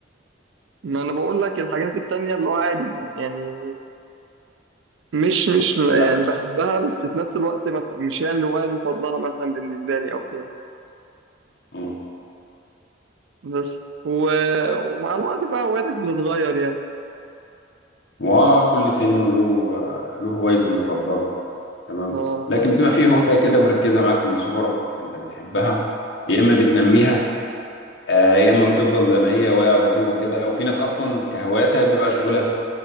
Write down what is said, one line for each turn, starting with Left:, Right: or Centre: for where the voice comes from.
Right: ما أنا بقول لك الحاجات التانية اللي هو عادي يعني مش مش يعني
Left: لا
Right: بحبها بس في نفس الوقت مثلا مش هي الهواية المفضلة مثلا بالنسبة لي أو كده
Left: امم
Right: بس و... ومع الوقت بقى هوايتك بتتغير يعني
Left: وكل سن وله آه، له هوايته المفضلة تمام
Right: اه
Left: لكن بتبقى فيه هواية كده مركزة معاك من صغرك انت بتحبها يا اما بتنميها آه، يا اما بتفضل زي ما هي هواية بسيطة كده وفي ناس اصلا كهواياتها بيبقى شغلها